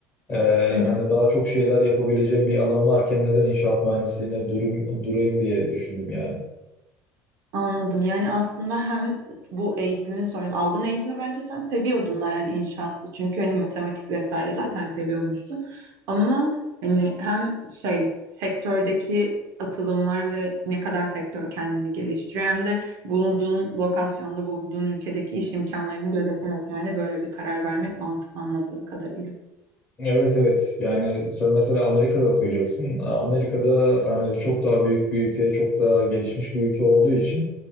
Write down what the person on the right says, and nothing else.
hı hı.
Anladım. Yani aslında hem bu eğitimin sonrası aldığın eğitimi bence sen seviyordun da yani inşaatta. Çünkü hani matematik vesaire zaten seviyormuşsun. Ama hani hem şey sektördeki atılımlar ve ne kadar sektör kendini geliştiriyor hem de bulunduğun lokasyonda bulunduğun ülkedeki iş imkanlarını gözeterek yani böyle bir karar vermek mantıklı anladığım kadarıyla.